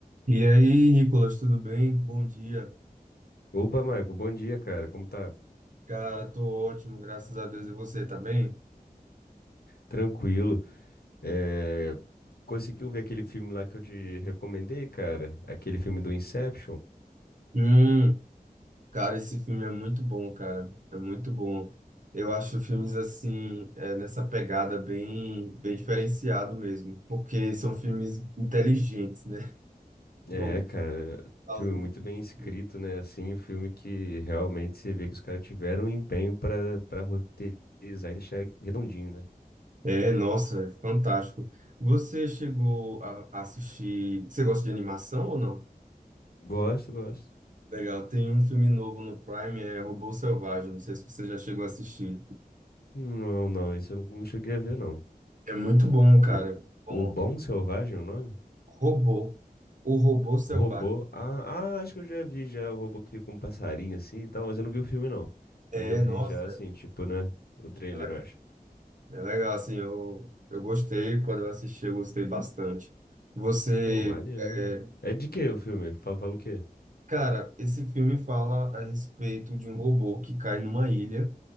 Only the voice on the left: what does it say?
Opa, Marco, bom dia, cara. Como tá?
Tranquilo. É, Conseguiu ver aquele filme lá que eu te recomendei, cara? Aquele filme do Inception?
É, cara,
filme muito bem escrito,
né? Assim, o filme que realmente se vê que os caras tiveram um empenho pra, pra roteirizar e deixar redondinho, né?
Gosto, gosto.
Não, não, esse eu não não cheguei a ver, não.
O,
o Bom Selvagem, é o nome?
Robô. Ah, ah, acho que eu já vi já o robô que fica com um passarinho assim e tal, mas eu não vi o filme não.
Mas eu vi
já assim, tipo, né? O trailer,
eu acho.
Pô, maneiro.
É de que o filme? Fala, fala o quê?